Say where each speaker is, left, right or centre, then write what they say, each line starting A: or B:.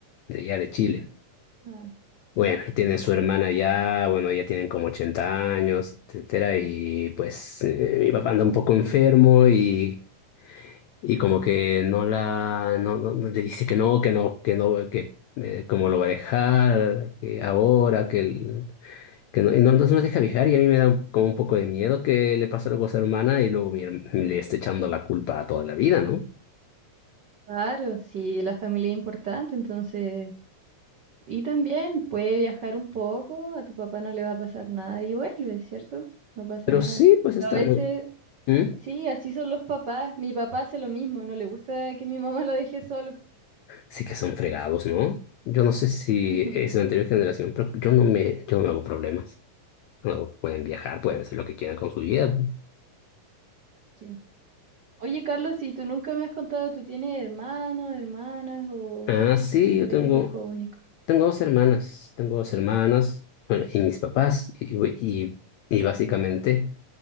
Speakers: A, on the left; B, on the right.
A: de allá de Chile.
B: Ah,
A: Bueno, tiene su hermana ya, bueno, ya tienen como 80 años, etcétera, y pues eh, mi papá anda un poco enfermo y, y como que no la, no, no- no- le dice que no, que no, que no, que eh, cómo lo va a dejar, que ahora, que el- que no, no, no nos deja viajar y a mí me da como un poco de miedo que le pase algo a ser hermana y luego mi herm- le esté echando la culpa a toda la vida, ¿no?
B: Claro, sí, la familia es importante, entonces... Y también puede viajar un poco, a tu papá no le va a pasar nada y vuelve, ¿cierto? No pasa
A: Pero
B: nada.
A: sí, pues
B: Pero
A: estamos.
B: a veces,
A: ¿Mm?
B: sí, así son los papás. Mi papá hace lo mismo, no le gusta que mi mamá lo deje solo.
A: Sí que son fregados, ¿no? Yo no sé si
B: <laughs>
A: es la anterior generación, pero yo no me, yo no me hago problemas. No, pueden viajar, pueden
B: Sí,
A: hacer lo que quieran con su vida.
B: sí. Oye Carlos, ¿y tú nunca me has contado, tú tienes hermanos, hermanas o,
A: Ah, sí,
B: o
A: yo tengo,
B: eres hijo único?
A: tengo dos hermanas, tengo dos hermanas, bueno, y mis papás, y, y, y básicamente